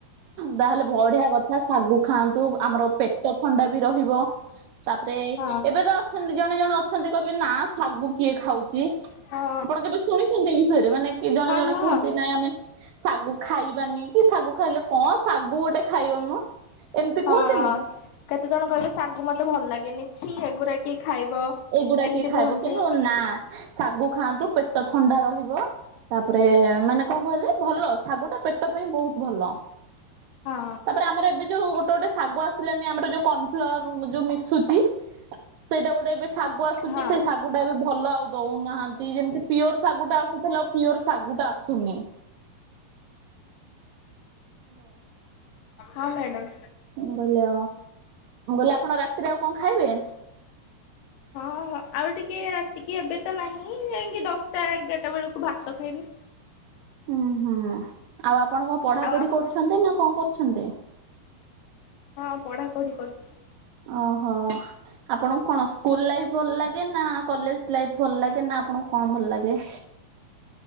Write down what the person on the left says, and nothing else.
ହଁ
ହଁ
ହଁ
ହଁ।
ହଁ
କେତେ ଜଣ କହିବେ ଶାଗୁ ମତେ ଭଲ ଲାଗେନି ଛି ଏଗୁୁରା କି ଖାଇବ।
ଏମିତି
କୁହନ୍ତି
ହଁ
ହଁ।
ହଁ ମ୍ୟାଡ।
ହଁ ହ ଆଉ ଟିକେ ରାତିକି ଏବେ ତ ନାହିଁ ଯାଇକି ଦଶଟା ଏଗାରଟା ବେଳକୁ ଭାତ ଖାଇବି।
ଆଉ ଆପଣ
ହଁ ପଢା ପଢି କରୁଛି।